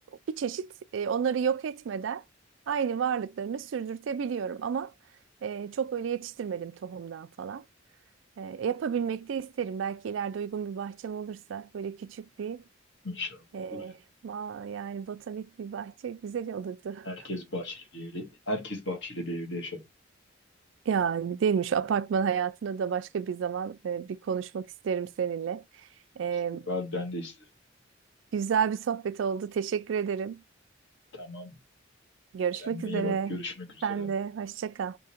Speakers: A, on the right (about 70°); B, on the left (about 60°).
A: bir çeşit e, onları yok etmeden aynı varlıklarını sürdürtebiliyorum ama e, çok öyle yetiştirmedim tohumdan falan. E, yapabilmek de isterim. Belki ileride uygun bir bahçem olursa böyle küçük bir
B: İnşallah
A: e,
B: olur ya.
A: ma yani botanik bir bahçe güzel olurdu.
B: Herkes
A: <laughs>
B: bahçeli bir evde, herkes bahçeli bir evde yaşar.
A: Ya değil mi şu apartman hayatına da başka bir zaman e, bir konuşmak isterim seninle. E,
B: İşte Ben, ben de isterim.
A: güzel bir sohbet oldu. Teşekkür ederim.
B: Tamam.
A: Görüşmek
B: Kendine
A: üzere.
B: iyi bak. Görüşmek üzere.
A: Sen de hoşça kal.